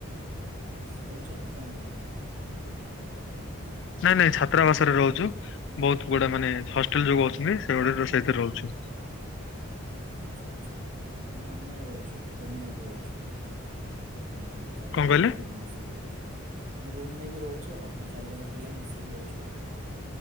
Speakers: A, on the right; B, on the left.
A: ଆଛ ରହୁଛ ନା କଣ କରନ୍ତି?
B: ନାଇଁ ନାଇଁ ଛାତ୍ରାବାସରେ ରହୁଛୁ ବହୁତ ଗୁଡା ମାନେ ହଷ୍ଟେଲ
A: ଛାତ୍ରାବାସ।
B: ଯୋଉ ଅଛନ୍ତି ସେ ଗୁଡେ ରୋଷେଇକରି ରହୁଛୁ।
A: ଆଚ୍ଛା ଆଛା ମୁଁ ଆମେ ରହୁଛୁ ରୁମ ନେଇକି ରହୁଛୁ। ଆମେ ଚାରି
B: କଣ
A: ପାଞ୍ଚ
B: କହିଲେ?
A: ଜଣ ପିଲା ମିଶିକି ରହୁଛୁ। ମୁଁ ରୁମ୍ ନେଇକି ରହୁଛି ଆଉ ଆମେ ଚାରିଜଣ ପିଲା ମିଶିକି ରହୁଛୁ ଆଉ।